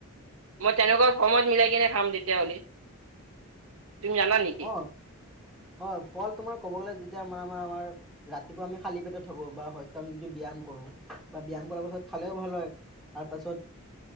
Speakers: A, on the right; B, in the centre.
A: মই তেনেকুৱা সময় মিলাই কিনে খাম তেতিয়াহ'লে, তুমি জানা নে?
B: অ', অ' ফল তোমাৰ ক'ব গ'লে যেতিয়া মানে আমাৰ আমাৰ ৰাতিপুৱা আমি খালী পেটত থাকোঁ বা হয়তো আমি যদি ব্যায়াম কৰোঁ বা ব্যায়াম কৰাৰ পাছত খালেও ভাল হয়। তাৰপাছত